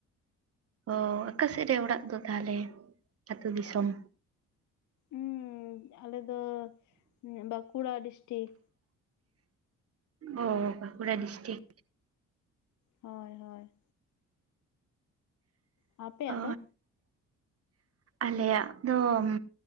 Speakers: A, on the right; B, on the left.
A: ᱚᱜ ᱟᱠᱟᱥᱮᱫ ᱨᱮ ᱚᱲᱟᱜ ᱫᱚ ᱛᱟᱦᱚᱞᱮ ᱟᱛᱳ ᱫᱤᱥᱚᱢ
B: ᱩᱸ ᱟᱞᱮ ᱫᱚ ᱵᱟᱸᱠᱩᱲᱟ ᱰᱤᱥᱴᱤᱠ
A: ᱚᱜ ᱵᱟᱸᱠᱩᱲᱟ ᱰᱤᱥᱴᱤᱠ
B: ᱦᱳᱭ ᱦᱳᱭ ᱟᱯᱮᱭᱟᱜ
A: ᱚ
B: ᱫᱚ
A: ᱟᱞᱮᱭᱟᱜ ᱫᱚ ᱦᱩᱸ